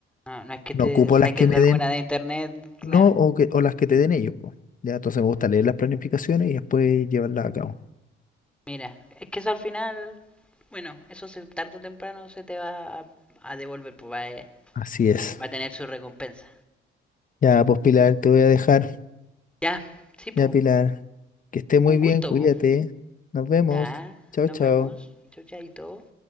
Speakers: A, in the centre; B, on the left (about 40°).
A: No, no es que
B: no
A: te
B: ocupo
A: saques
B: las que me
A: de alguna
B: den,
A: de internet, claro.
B: no, o, que, o las que te den ellos, pues, ya, entonces me gusta leer las planificaciones y después llevarlas a cabo.
A: Mira, es que eso al final, bueno, eso se, tarde o temprano se te va a, a devolver, pues va a-
B: Así es.
A: va a tener su recompensa.
B: Ya, pues Pilar, te voy a dejar,
A: Ya, sí, po.
B: ya Pilar. Que esté muy
A: Un
B: bien,
A: gusto,
B: cuídate.
A: po.
B: Nos vemos.
A: Ya,
B: Chao,
A: nos
B: chao.
A: vemos. Chau, chaito.